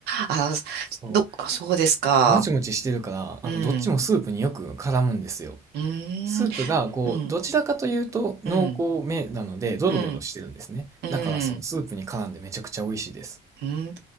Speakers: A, on the right; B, on the right.
A: あ、
B: そ
A: ど、あそうですか。
B: う。もちもちしてるから、
A: うん。
B: あの、どっちもスープによく絡むんですよ。
A: うーん。
B: スープが、こう、
A: うん。
B: どちらかというと濃厚めなので、
A: うん。
B: ドロドロしてるんですね。
A: うん。う
B: だから、そのスープに絡んでめちゃくちゃ美味しいです。
A: ん。うん。